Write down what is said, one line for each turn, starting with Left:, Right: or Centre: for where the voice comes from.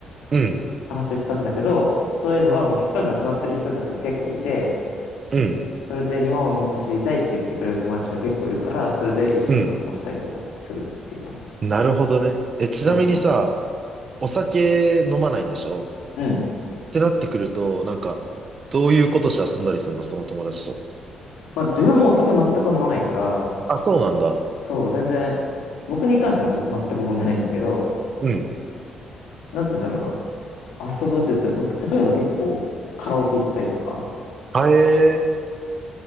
Right: うん、
Left: 話したんだけど、そういうのはもう期間が決まってる人たちが結構いて、
Right: うん、
Left: それで日本をもっと知りたいって言ってくれる友達が結構いるから、それで一緒に観光したりとかするっていう感じ。
Right: うん。なるほどね。え、ちなみにさ、
Left: そうそ
Right: お酒飲まないんでしょ
Left: う。うん。
Right: ってなってくると、なんか、どういうことして遊んだりするのその友達と。
Left: まあ自分もお酒全く飲まないから、
Right: あ、そうなんだ。
Left: そう、全然、僕に関してはも全く問題ないんだけど、
Right: うん。
Left: なんて言うんだろうな。遊ぶって言ったら、た例えば結構カラオケ行ったりとか
Right: あえー、